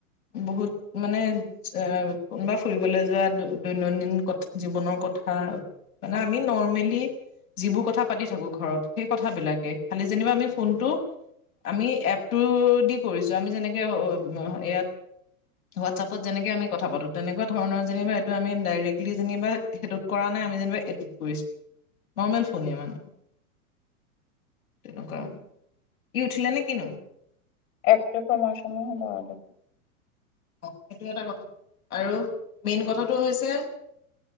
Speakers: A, on the left; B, on the left.
A: বহুত মানে আহ কোনোবা ফুৰিবলৈ যোৱা দৈনন্দিন জীৱনৰ কথা মানে, আমি নৰ্মেলি। যিবোৰ কথা পাতি থাকো ঘৰত সেই কথাবিলাকে, খালি যেনিবা আমি ফোনটো আমি এপটো দি কৰিছো, আমি যেনেকে ইয়াত হোৱাটছআপপত যেনেকে আমি কথা পাতো তেনেকুৱা ধৰণৰ যেনিবা আমি ডাইৰেক্টলি যেনিবা সেইটোত কৰা নাই, আমি যেনিবা এইটোত কৰিছো। নৰ্মেল ফোন এ আমাৰ। তেনেকুৱা
B: উম।
A: ই উঠিলে নে কিনো?
B: এপটো প্ৰমোচন সমূহ হ'ব।
A: অ' সেইটো এটা কথা আৰু মেইন কথাটো হৈছে।